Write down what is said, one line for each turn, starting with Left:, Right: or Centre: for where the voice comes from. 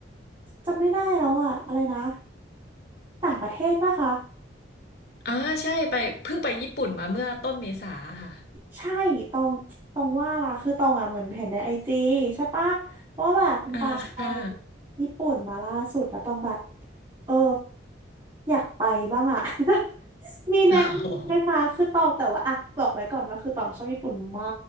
Right: จำไม่ได้แล้วอ่ะอะไรนะต่างประเทศปะคะ
Left: อ่าใช่ไปเพิ่งไปญี่ปุ่นมาเมื่อต้นเมษาค่ะ
Right: ใช่ตองตองว่าล่ะคือตองอ่ะเหมือนเห็นในไอจีใช่ปะว่าแบบคุณปาไป
Left: อ่าค่ะ
Right: ญี่ปุ่นมาล่าสุดแล้วตองแบบเอออยากไปบ้างอ่ะ <laughs> มีแนะนำไหมคะคือตองแต่ว่าอ่ะบอกไว้ก่อนว่าคือตองชอบญี่ปุ่นมา
Left: <laughs> โอ้โห